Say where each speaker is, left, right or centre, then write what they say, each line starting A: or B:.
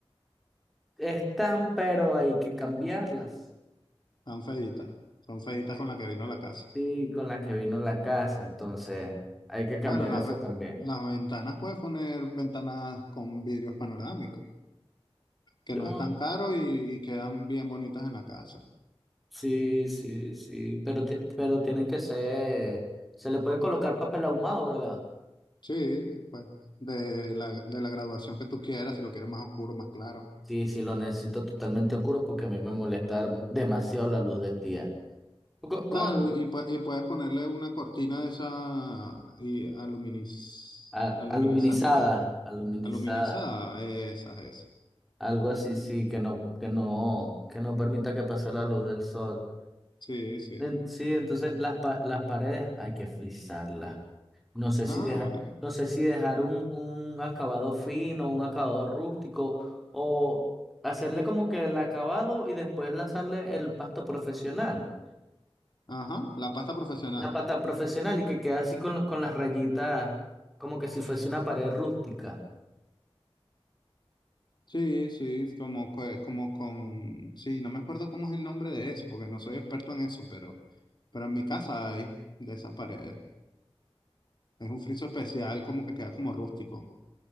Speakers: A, in the centre; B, on the left.
A: están, pero hay que cambiarlas.
B: son feitas. Son feitas con la que vino la casa.
A: Sí, con la que vino la casa, entonces hay que cambiar
B: Bueno, las,
A: eso
B: ve-
A: también.
B: las ventanas puedes poner ventanas con vidrios panorámicos, que
A: Yo,
B: no es tan caro y, y quedan bien bonitas en la casa.
A: sí, sí, sí, pero, ti- pero tienen que ser, se le puede colocar papel ahumado, ¿verdad?
B: Sí, pues, de la, de la graduación que tú quieras, si lo quieres más oscuro, más claro.
A: Sí, sí, lo necesito totalmente oscuro porque a mí me molesta demasiado la luz del día. Con, con
B: Claro, y, y pue- y puedes ponerle una cortina de esa y aluminiz,
A: a-
B: aluminizante,
A: aluminizada, aluminizada,
B: aluminizada, esas, es
A: algo así, sí, que no, que no, que no permita que pase la luz del sol.
B: Sí, sí.
A: En- Sí, entonces las, pa- las paredes hay que frisarlas. No sé
B: Ah,
A: si dejar,
B: bueno.
A: no sé si dejar un, un acabado fino, un acabado rústico, o hacerle como que el acabado y después lanzarle el pasto profesional,
B: Ajá, la pasta profesional.
A: la pata profesional y que quede así con, con las rayitas, como que si fuese una pared rústica.
B: Sí, sí, es como, que- como con... Sí, no me acuerdo cómo es el nombre de eso, porque no soy experto en eso, pero, pero en mi casa hay de esas paredes. Es un friso especial, como que queda como rústico.